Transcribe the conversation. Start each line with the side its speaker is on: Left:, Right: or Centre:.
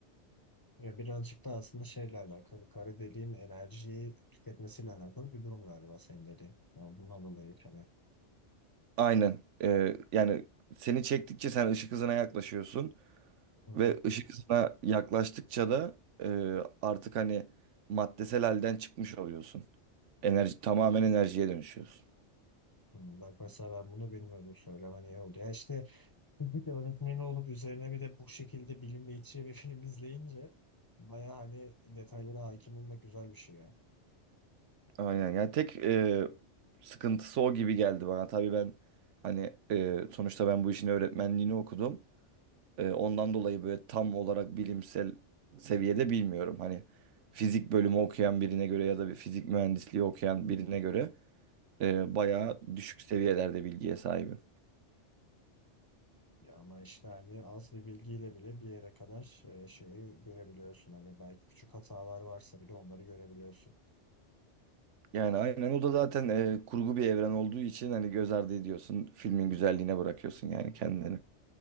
Left: Ya birazcık da aslında şeyle alakalı, kara deliğin enerjiyi tüketmesiyle alakalı bir durum galiba senin dediğin. Ya bundan dolayı yaşanıyor.
Right: Aynen. E, yani seni çektikçe sen ışık hızına yaklaşıyorsun
Left: Hı hı.
Right: ve ışık hızına yaklaştıkça da e, artık hani maddesel halden çıkmış oluyorsun. Enerji tamamen enerjiye dönüşüyorsun.
Left: Hı, Bak mesela ben bunu bilmiyordum söylemen iyi oldu. Ya işte fizik öğretmeni olup üzerine bir de bu şekilde bilim iç içe bir film izleyince baya hani detaylara hakim olmak güzel bir şey ya.
Right: Aynen yani tek e, sıkıntısı o gibi geldi bana. Tabii ben hani e, sonuçta ben bu işin öğretmenliğini okudum. E, ondan dolayı böyle tam olarak bilimsel seviyede bilmiyorum. Hani fizik bölümü okuyan birine göre ya da bir fizik mühendisliği okuyan birine göre e, bayağı düşük seviyelerde bilgiye sahibim.
Left: Ya ama işte hani az bir bilgiyle bile bir yere kadar e, şeyi görebiliyorsun. Hani belki küçük hatalar varsa bile onları görebiliyorsun.
Right: Yani aynen o da zaten e, kurgu bir evren olduğu için hani göz ardı ediyorsun. Filmin güzelliğine bırakıyorsun yani kendini.